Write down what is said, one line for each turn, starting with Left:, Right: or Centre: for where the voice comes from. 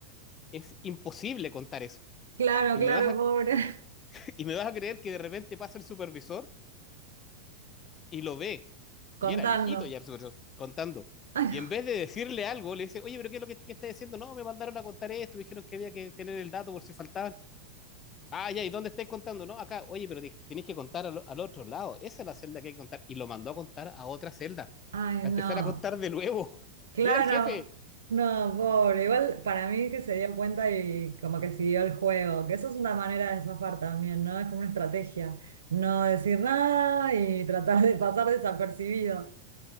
Left: Es imposible contar eso.
Right: claro,
Left: Y
Right: claro,
Left: me vas a,
Right: pobre. <laughs>
Left: <laughs> y me vas a creer que de repente pasa el supervisor y lo ve. Y
Right: Contando.
Left: era viejito ya el supervisor contando.
Right: Ay,
Left: Y
Right: no,
Left: en vez de decirle algo, le dice, oye, pero ¿qué es lo que, que está diciendo? No, me mandaron a contar esto, me dijeron que había que tener el dato por si faltaban. Ah, ya, ¿y dónde estáis contando? No, acá, oye, pero tenéis que contar al, al, otro lado. Esa es la celda que hay que contar. Y lo mandó a contar a otra celda,
Right: ay,
Left: a
Right: no,
Left: empezar a contar de nuevo. <laughs>
Right: claro,
Left: Y era el jefe.
Right: no, pobre. Igual para mí que se dio cuenta y como que siguió el juego, que eso es una manera de zafar también, ¿no? Es como una estrategia, no decir nada y tratar de pasar desapercibido.